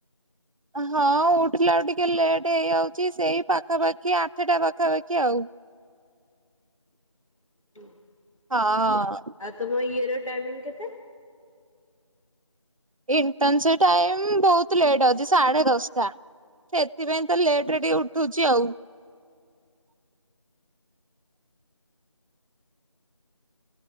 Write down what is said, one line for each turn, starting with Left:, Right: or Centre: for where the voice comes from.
Right: ହଁ ଉଠିଲାଳେ କୁ ଟିକେ ଲେଟ୍ ହେଇଯାଉଛି ସେଇ ପାଖାପାଖି ଆଠଟା ପାଖାପାଖି ଆଉ।
Left: <unintelligible>
Right: ହଁ।
Left: ଆଉ ତମ ଇଏର ଟାଇମିଙ୍ଗ କେତେ?
Right: ଇଣ୍ଟନସ ଟାଇମ ବହୁତ ଲେଟ୍ ଅଛି ସାଢେ ଦଶଟା। ସେଥିପାଇଁ ତ ଲେଟ ରେ ଟିକେ ଉଠୁଛି ଆଉ।